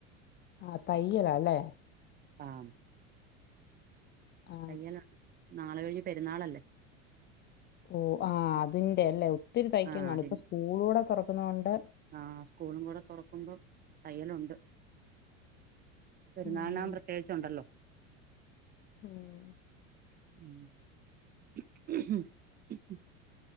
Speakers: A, on the left (about 30°); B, on the right (about 25°).
A: ആ തയ്യല അല്ലേ
B: ആം
A: ആ
B: തയ്യൽ ഉണ്ട് നാളെ കഴിഞ്ഞ് പെരുന്നാളല്ലേ
A: ഓ ആ അതിന്റെഅല്ലേ ഒത്തിരി തൈക്കാൻ
B: ആ
A: കാണും
B: അതിന്
A: ഇപ്പൊ സ്കൂളൂടെ തുറക്കുന്ന കൊണ്ട്
B: ആ സ്കൂളും കൂടെ തുറക്കുമ്പോം തയ്യലുണ്ട് പെരുന്നാളിനാകുമ്പം
A: ഉം,
B: പ്രത്യേകിച്ചുണ്ടല്ലോ
A: ഉം
B: <inaudible>